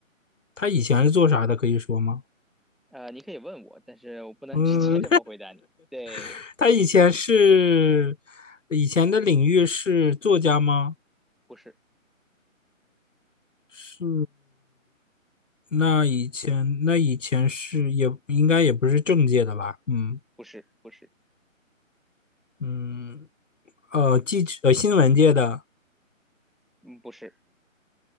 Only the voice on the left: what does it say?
他以前是做啥的？可以说吗？
嗯，
<laughs> 他以前是以前的领域是作家吗？
是，那以前那以前是也应该也不是政界的吧？嗯
嗯，呃，记者呃新闻界的。